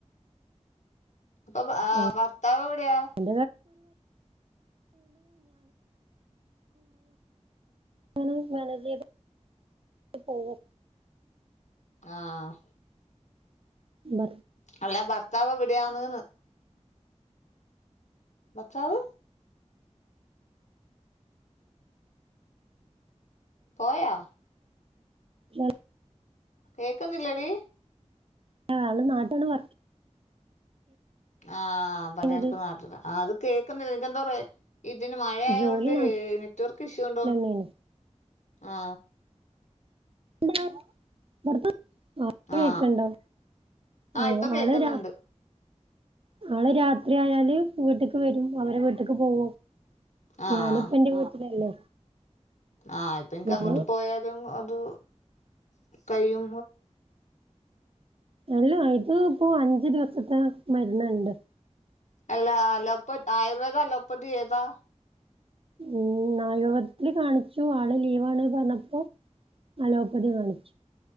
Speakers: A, on the left; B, on the right.
A: അപ്പൊ ഭ-
B: <unintelligible>
A: ആ,
B: <unintelligible>
A: ഭർത്താവ് എവിടെയാ
B: മനേജ് ചെയ്ത് പോകും
A: ആഹ്
B: ഭർ
A: അല്ല ഭർത്താവ് എവിടെയാണ്ന്ന് ഭർത്താവ് പോയോ
B: <unintelligible>
A: കേക്കുന്നില്ലടി
B: ആഹ് ആള് നാട്ട്ന്ന് വർക്
A: ആഹ്
B: ചെയ്യണത്
A: പണിയെടുക്കുന്നേ നാട്ടില ആ അത് കേൾക്കുന്നില്ല നിനിക്കെന്താ റേ ഇതിന് മഴയായത്കൊണ്ട്
B: ജോലി നാട്ടിൽ
A: നെറ്റ് വർക്ക് ഇഷ്യൂ ഉണ്ടോന്നുന്നു
B: തന്നെയാണ്
A: ആ
B: <unintelligible>
A: ആ
B: കേക്കണ്ടോ ആ
A: ഇപ്പൊ
B: ആള്
A: കേക്കുന്നുണ്ട്
B: രാവ്‌ ആള് രാത്രി ആയാല് വീട്ട്ക്ക് വരും അവരെ വീട്ട്ക്ക് പോവും
A: ആഹ്
B: ഞാനിപ്പോ എന്റെ വീട്ടിലല്ലേ
A: ആഹ് ഇപ്പ എനിക്ക്
B: ഞാന്
A: അങ്ങോട്ട് പോയാലും അത് <unintelligible>
B: അല്ല ഇത് ഇപ്പോ അഞ്ചു ദിവസത്തെ മരന്ന്ണ്ട്
A: അല്ല അലോപ്പ ആയുർവേദ അലോപ്പതി ഏതാ
B: ഉം ആയുർവേദത്തിൽ കാണിച്ചു ആള് ലീവാണ് പറഞ്ഞപ്പോ അലോപ്പതി കാണിച്ചു